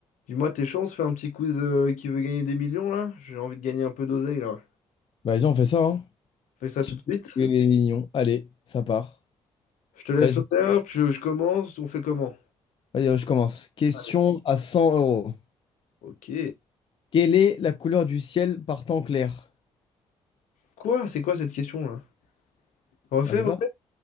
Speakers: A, on the left (about 70°); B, on the left (about 40°).
A: Dis-moi tes chances, fais un petit quiz euh, qui veut gagner des millions là. J'ai envie de gagner un peu d'oseille là.
B: Bah, Vas-y, on fait ça, hein.
A: Fais ça
B: Petit
A: tout de
B: coup
A: suite.
B: de réunion. Allez, ça part.
A: Je te laisse
B: Vas-y,
A: l'honneur, je, je commence, on fait comment?
B: vas-y, je commence. Question
A: Allez.
B: à 100 euros.
A: Ok.
B: Quelle est la couleur du ciel par temps clair?
A: Quoi? C'est quoi cette question là? Refais,
B: Bah, c'est
A: refais.
B: ça?